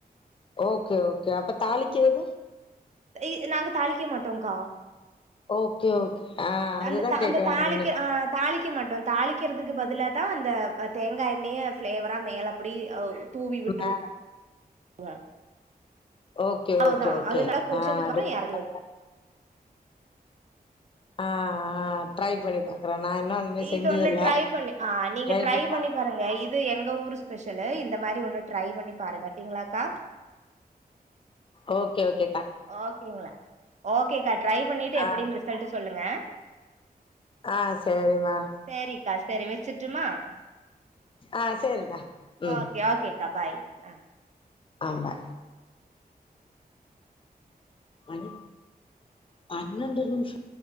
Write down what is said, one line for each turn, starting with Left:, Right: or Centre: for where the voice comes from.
Left: ஓக்கே ஓக்கே அப்ப தாளிக்கியது
Right: இ நாங்க தாளிக்க மாட்டோங்க்கா
Left: ஓக்கே ஓக் ஆ அதுதா
Right: அந்த த
Left: கேக்கு
Right: அந்த
Left: எப்ன்னு
Right: தாளிக்க ஆ தாளிக்க மாட்டோ தாளிக்கறதுக்கு பதிலா தா‌ அந்த தேங்கா ப எண்ணெய ஃப்ளேவரா மேல அப்டி அவ் தூவி விட்டுரு
Left: ஆ
Right: ங்க
Left: ஓகே
Right: அவ்ளோதா
Left: ஓகே ஓகே
Right: அது நல்லா கொதிச்சதுக்கப்றோ
Left: ஆ டிஃப்ரெண்ட்டா
Right: எறக்கி வச்சிரு
Left: ஆ ஆ ட்ரை பண்ணி பாக்குறே நா இன்னூ அந்தமேரி
Right: இது
Left: செஞ்சதில்ல
Right: ஒண்ணு ட்ரை பண்ணி ஆ நீங்க
Left: ட்ரை பண்ணி ஆ
Right: பாருங்க இது எங்க ஊரு ஸ்பெஷலு இந்த மாரி ஒண்ணு ட்ரை பண்ணி பாருங்க ஓக்கோங் ளாக்கா
Left: ஓ கே ஓக்கே
Right: ஓ ஓகேங்ளா ஓகேக்கா ட்ரை பண்ணிட்டு எப்டின்‌
Left: ஆ
Right: ரிசல்ட் சொல்லுங்க
Left: ஆ சேரிம்மா
Right: சேரிக்கா சேரி வெச்சிர்டுமா
Left: ஆ சேரிடா ம்
Right: ஓ கே ஓகேக்கா பாய் ஆ
Left: ஆம்மா மணி பன்னெண்டு நிமிஷோ